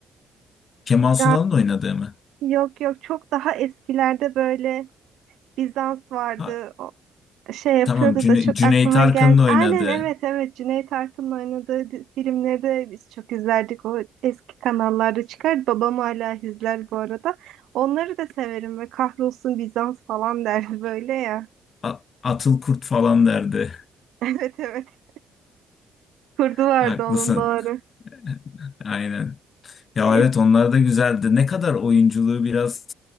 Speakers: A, on the left; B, on the right.
A: Kemal
B: şu
A: Sunal'ın
B: an
A: oynadığı mı?
B: yok yok çok daha eskilerde böyle Bizans vardı.
A: Ha,
B: O- şey yapıyordu
A: tamam Cüne-
B: da çok
A: Cüneyt
B: aklıma
A: Arkın'ın
B: gel.
A: oynadığı.
B: Aynen evet evet Cüneyt Arkın'ın oynadığı di- filmleri de biz çok izlerdik. O eski kanallarda çıkar. Babam hala izler bu arada. Onları da severim ve kahrolsun Bizans falan der böyle ya.
A: A- Atıl Kurt falan derdi.
B: <laughs> Evet evet. Kurdu
A: <laughs>
B: vardı
A: Haklısın.
B: onun doğru.
A: <laughs> Aynen. Ya
B: E,
A: evet onlar da güzeldi. Ne kadar oyunculuğu biraz